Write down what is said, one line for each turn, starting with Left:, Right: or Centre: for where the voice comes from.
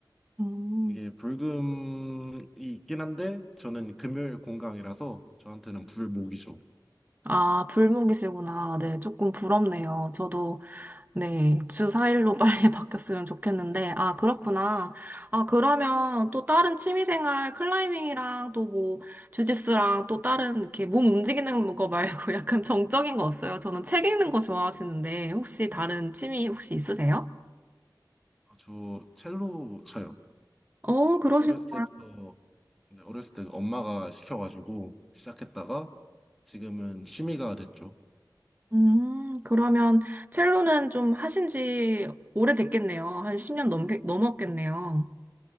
Right: 음.
Centre: 이게 불금이 있긴 한데 저는 금요일 공강이라서 저한테는 불목이죠.
Right: 아, 불목이시구나. 네, 조금 부럽네요. 저도, 네, 주 4일로 <laughs> 빨리 바뀌었으면 좋겠는데, 아, 그렇구나. 아, 그러면 또 다른 취미생활, 클라이밍이랑 또 뭐, 주짓수랑 또 다른 이렇게 몸 움직이는 거 말고 <laughs> 약간 정적인 거 없어요? 저는 책 읽는 거 좋아하시는데, 혹시 다른 취미 혹시 있으세요?
Centre: 아, 저 첼로 쳐요.
Right: 어, 그러시구나.
Centre: 어렸을 때부터, 네, 어렸을 때 엄마가 시켜가지고 시작했다가 지금은 취미가 됐죠.
Right: 음, 그러면 첼로는 좀 하신 지 오래됐겠네요. 한 10년 넘게, 넘었겠네요.